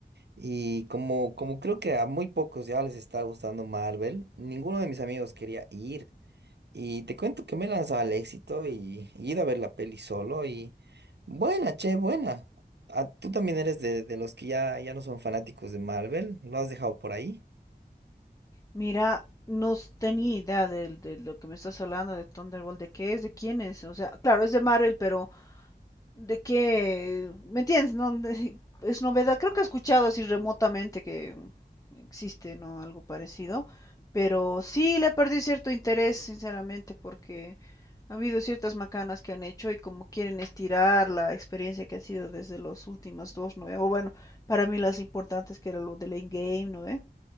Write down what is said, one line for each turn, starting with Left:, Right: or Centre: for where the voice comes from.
Right: y como, como creo que a muy pocos ya les está gustando Marvel, ninguno de mis amigos quería ir y te cuento que me he lanzado al éxito y, y ir a ver la peli solo y buena, che, buena. Ah, ¿tú también eres de, de los que ya, ya no son fanáticos de Marvel? ¿Lo has dejado por ahí?
Left: Mira, no s- tenía idea de, de lo que me estás hablando de Thunderbolt, de qué es, de quién es. O sea, claro, es de Marvel, pero de qué, ¿me entiendes? No, De- <laughs> es novedad. Creo que he escuchado así remotamente que existe, ¿no? Algo parecido. Pero sí le perdí cierto interés, sinceramente, porque ha habido ciertas macanas que han hecho y como quieren estirar la experiencia que ha sido desde las últimas dos, ¿no? ve? O bueno, para mí las importantes que era lo del Endgame, ¿no? ve?